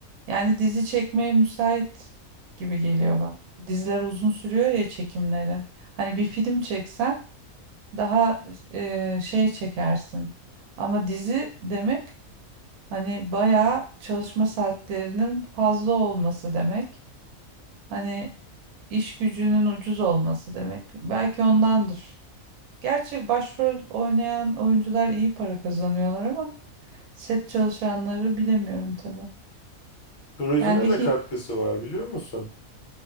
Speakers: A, on the right; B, on the left.
A: Yani dizi çekmeye müsait gibi geliyor bana. Hani Diziler uzun sürüyor ya çekimleri. Hani bir film çeksen daha e, şey çekersin. Ama dizi demek Hani bayağı çalışma saatlerinin fazla olması demek. Hani iş gücünün ucuz olması demek. Belki ondandır. Gerçi başrol oynayan oyuncular iyi para kazanıyorlar ama set çalışanları bilemiyorum tabii.
B: Turizme
A: Yani bir
B: de
A: hi-
B: katkısı var biliyor musun?